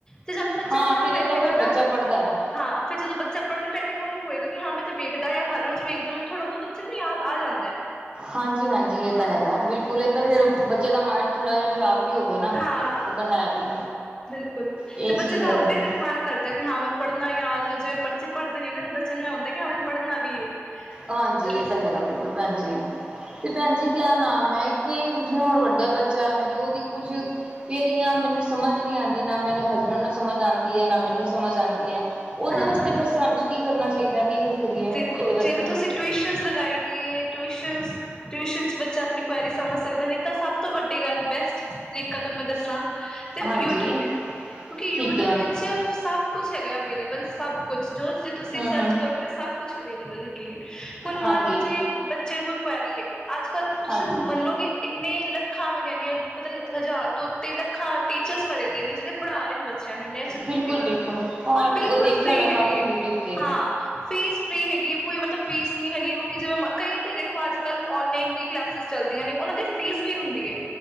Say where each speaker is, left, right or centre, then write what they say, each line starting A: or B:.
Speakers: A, on the left; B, on the right.
A: ਤੇ ਜਦ ਬੱਚਾ
B: ਹਾਂ
A: ਪੜ੍ਹਨ
B: ਫਿਰ
A: ਬੈਠੇਗਾ
B: ਇਹ ਤਾਂ ਫਿਰ
A: ਨਾ।
B: ਬੱਚਾ ਪੜ੍ਹਦਾ ਹੈ
A: ਹਾਂ ਫਿਰ ਜਦੋਂ ਬੱਚਾ ਪੜ੍ਹਨ ਬੈਠੇਗਾ ਉਹਨੂੰ ਹੋਏਗਾ ਕਿ ਹਾਂ ਮੈਂ ਤੇ ਵੇਖਦਾ ਹਾਂ ਹਰ ਰੋਜ਼ ਵੇਖ- ਮਤ ਥੋੜਾ ਬਹੁ ਬੱਚੇ ਨੂੰ ਯਾਦ ਆ ਜਾਂਦਾ।
B: ਹਾਂਜੀ- ਹਾਂਜੀ ਇਹ
A: ਹਾਂ
B: ਤਾਂ ਹੈਗਾ ਬਿਲਕੁਲ- ਇਹ ਤਾਂ ਫੇਰ
A: ਐਸੇ
B: ਬੱਚੇ ਦਾ ਮਾਇੰਡ, ਥੋੜ੍ਹਾ ਜਿਹਾ ਸ਼ਾਰਪ ਵੀ ਹੋਵੇ ਨਾ
A: ਹਾਂ-
B: ਇਹ ਤਾਂ ਹੈ ਵੀ
A: ਬਿਲਕੁਲ
B: ਇਹ
A: ਤੇ ਬੱਚੇ
B: ਚੀਜ਼
A: ਦਾ
B: ਹੈ
A: ਆਪੇ ਫੇਰ ਮਨ ਕਰਦਾ ਕਿ ਹਾਂ ਮੈਨੂੰ ਪੜ੍ਹਨਾ ਯਾਦ ਵਿੱਚ- ਜਿ ਬੱਚੇ ਪੜਦੇ ਨੀ ਨਾ ਤਾਂ ਬੱਚੇ ਨੂੰ ਏ ਹੁੰਦਾ ਕਿ ਹਾਂ ਹੁਣ ਪੜਨਾ ਵੀ ਏ।
B: ਹਾਂਜੀ
A: ਜੇ ਤੁਸੀਂ
B: ਇਹ ਤਾਂ ਹੈਗਾ
A: ਸਮਝੋ
B: ਬਿਲਕੁਲ
A: ਹਾਂ
B: ਭੈਣ ਜੀ ।ਤੇ ਭੈਣ ਜੀ ਕਿਆ ਨਾਮ ਐ। ਕਈ ਜਿਵੇਂ ਹੁਣ ਵੱਡਿਆ ਬੱਚ- ਚਾਹ ਮੇਰੀ ਉਹਦੀ ਕੁਝ ਪੇਰੀਆਂ ਮੈਨੂੰ ਸਮਝ ਈ ਨੀ ਆਂਦੀ। ਨਾ ਮੈਨੂੰ ਹਸਬੈਂਡ ਨੂੰ ਸਮਝ ਆਂਦੀ ਹੈ ਨਾ ਮੈਨੂੰ- ਸਮਝ ਆਂਦੀ ਐ। ਉਦੇ
A: ਹਾਂ
B: ਵਸਤੇ
A: ਹਾਂ
B: ਫਿਰ ਸਾਨੂੰ ਕੀ ਕਰਨਾ ਚਾਹੀਦਾ ਕਿ- ਕਰੀਏ
A: ਦੇਖੋ
B: ਇਹਦੇ ਵਸ-
A: ਜੇ ਤੁਸੀਂ ਟਿਊਸ਼ਨਜ ਲਗਾਈ ਦੀ ਏ। ਟਿਊ- ਟਿਊਸ਼ਨਜ ਟਿਊਸ਼ਨ 'ਚ ਬੱਚਾ ਆਪਣੀ ਕੁਆਇਰੀ ਸਮਝ ਸਕਦਾ ।ਨਈ ਤਾਂ ਸਭ ਤੋਂ ਵੱਡੀ ਗੱਲ ਬੈਸਟ ਤਰੀਕਾ ਤਾਨੂੰ ਮੈਂ ਦੱਸਾਂ- ਤੇ
B: ਹਾਂਜੀ
A: ਯੂਟਿਊਬ ਏ। ਕਿਉਂਕਿ ਯੂਟਿਊਬ
B: ਠੀਕ ਹੈ
A: ਵਿੱਚ ਸਭ ਕੁਛ ਹੈਗਾ ਅਵੇਲੇਬਲ- ਸਭ ਕੁਛ ਜੋ ਚੀਜ ਤੁਸੀਂ
B: ਹੂੰ
A: ਸਰਚ
B: ਹੂੰ
A: ਕਰੋਗੇ ਨਾ ਸ- ਕੁਛ ਅਵੇਲੇਬਲ ਹੈਗੀ ਏ। ਹੁਣ ਮੰਨ
B: ਹਾਂਜੀ।
A: ਲਓ ਜੇ ਬੱਚੇ ਨੂੰ ਕੋਈ ਕੁਆਇਰੀ ਐ ।ਅੱਜ ਕੱਲ ਤੁਸੀਂ
B: ਹਾਂਜੀ
A: ਮੰਨੋਗੇ ਇੰਨਾ- ਲੱਖਾਂ ਮੈਂ ਕੇਨੀ ਏ ।ਪਤਾ ਨ ਹਜ਼ਾਰ ਤੋਂ ਉਤੇ ਲੱਖਾਂ ਟੀਚਰਸ ਭਰੇ ਦੇ ਨੇ ਜੜੇ ਪੜ੍ਹਾ ਰਹੇ ਨੇ ਬੱਚਿਆਂ ਨੂੰ ਇਨੇ ਅੱਛੇ ਤਰੀਕੇ
B: ਬਿਲਕੁਲ
A: ਨਾਲ।
B: ਬਿਲਕੁਲ ਹਾਂ
A: ਪਰ ਬਿਲਕੁਲ
B: ਉਹ ਦੇਖਿਆ
A: ਫ੍ਰੀ
B: ਮੈਂ ਕਾਫੀ
A: ਹੈਗੀ ਏ।
B: ਯੂਟਿਊਬ ਤੇ
A: ਹਾਂ- ਫੀਸ ਫ੍ਰੀ ਹੈਗੀ ਕੋਈ ਮਤਲਬ ਫੀਸ ਨਹੀਂ ਹੈਗੀ। ਕਿਉਂਕਿ ਜਿਵੇਂ ਮ ਕਈ ਤਾਂ ਦੇਖੋ ਅੱਜ ਕੱਲ੍ਹ- ਔਨਲਾਈਨ ਵੀ ਕਲਾਸਿਸ ਚੱਲਦੀਆਂ ਨੇ ਉਹਨਾਂ ਦੀ ਫੀਸ- ਵੀ ਹੁੰਦੀ ਏ